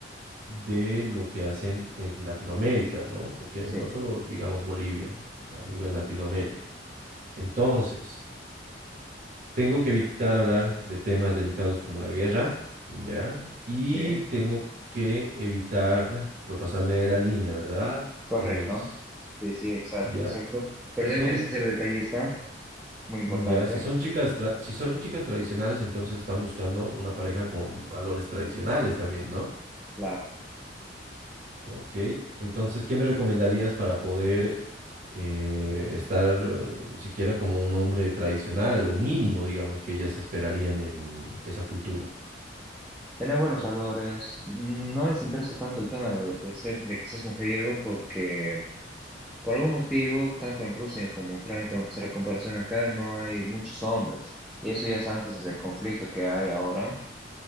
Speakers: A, on the right (about 45°); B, in the centre.
A: de lo que hacen en Latinoamérica, ¿no? Porque
B: sí,
A: no solo digamos Bolivia, a nivel Latinoamérica. Entonces, tengo que evitar hablar de temas delicados como la guerra, ¿ya? Y
B: sí.
A: tengo que evitar propasarme de la línea, ¿verdad?
B: Correcto.
A: Con ellas,
B: Sí, sí, exacto,
A: ¿ya?
B: exacto.
A: Si
B: Pero
A: Son
B: también tienes que ser detallista, muy importante,
A: Mm, Ya, si son chicas, tra- si son chicas tradicionales, entonces están buscando una pareja con valores tradicionales también, ¿no?
B: claro.
A: Ok, entonces, ¿qué me recomendarías para poder eh, estar eh, siquiera como un hombre tradicional, lo mínimo, digamos, que ellas esperarían en esa cultura?
B: Tener buenos valores. Mm, No les interesa tanto el tema de, lo- de ser, de que seas mujeriego porque por algún motivo, tanto en Rusia como Ucrania, tengo que hacer la comparación acá, no hay muchos hombres. Y eso ya es antes del conflicto que hay ahora.